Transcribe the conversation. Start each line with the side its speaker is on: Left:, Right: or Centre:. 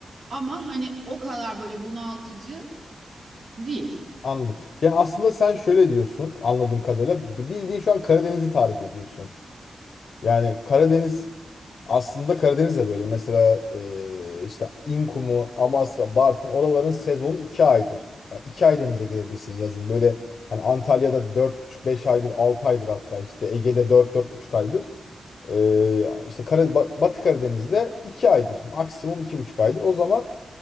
Right: ama hani o kadar böyle bunaltıcı değil.
Left: Anladım. Yani aslında sen şöyle diyorsun anladığım kadarıyla. Bildiğin şu an Karadeniz'i tarif ediyorsun. Yani Karadeniz Aslında Karadeniz de böyledir. Mesela e, işte İnkumu, Amasya, Bartın oraların sezonu iki aydır. Yani iki ay denize girebilirsin yazın. Böyle hani Antalya'da dört buçuk beş aydır, altı aydır hatta işte Ege'de dört dört buçuk aydır. E, işte Kara- Ba- Batı Karadeniz'de iki aydır. Maksimum iki buçuk aydır. O zaman